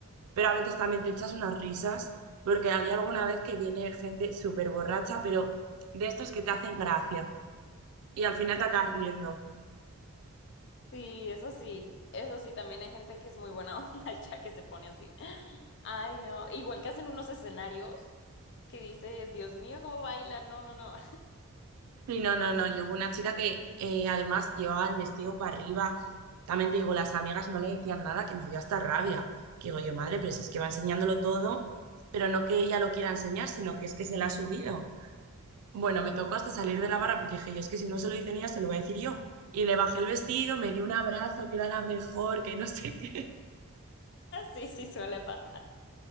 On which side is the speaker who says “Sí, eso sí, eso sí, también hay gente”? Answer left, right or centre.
Left